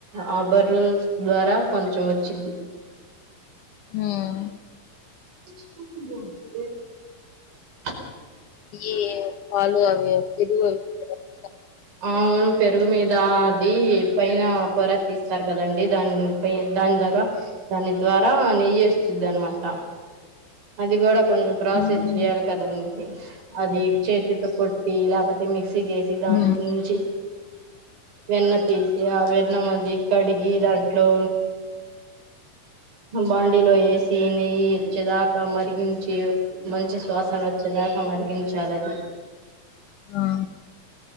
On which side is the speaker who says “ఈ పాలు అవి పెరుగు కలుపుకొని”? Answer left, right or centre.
Left